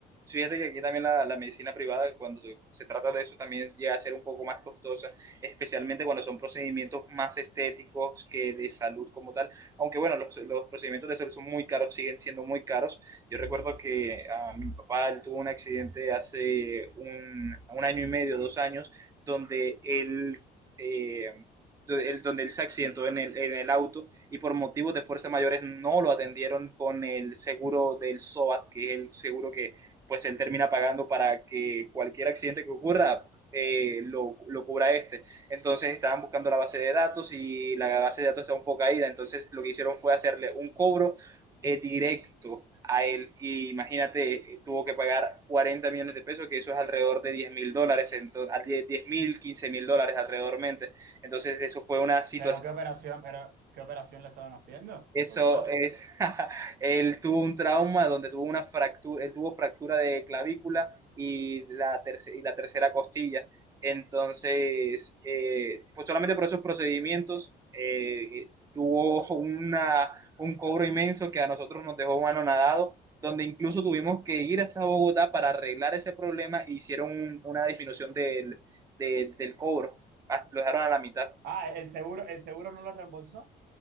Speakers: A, on the right; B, on the right.
A: Sí, Fíjate que aquí también la, la medicina privada, cuando se se trata de eso, también llega a ser un poco más costosa, especialmente cuando son procedimientos más estéticos que de salud como tal. Aunque bueno, los, los procedimientos de salud son muy caros, siguen siendo muy caros. Yo recuerdo que ah, mi papá él tuvo un accidente hace un, un año y medio, dos años, donde él... eh, donde él donde él se accidentó en el, en el auto y por motivos de fuerza mayores no lo atendieron con el seguro del SOAT, que es el seguro que, pues él termina pagando para que cualquier accidente que ocurra eh, lo, lo cubra este. Entonces estaban buscando la base de datos y la base de datos está un poco caída, entonces lo que hicieron fue hacerle un cobro eh, directo a él y imagínate, eh, tuvo que pagar 40 millones de pesos, que eso es alrededor de 10 mil dólares, ento- al- 10 mil, 15 mil dólares alrededormente. Entonces eso fue una situación
B: Pero qué operación, pero qué operación le estaban haciendo,
A: eso
B: por Dios.
A: es, <laughs> él tuvo un trauma donde tuvo una fractura, él tuvo fractura de clavícula y la, terce- y la tercera costilla. Entonces, eh, pues solamente por esos procedimientos eh, tuvo una, un cobro inmenso que a nosotros nos dejó anonadados, donde incluso tuvimos que ir hasta Bogotá para arreglar ese problema e hicieron un- una disminución del, del, del cobro, hasta, lo dejaron a la mitad,
B: Ah, el seguro, el seguro no lo reembolsó,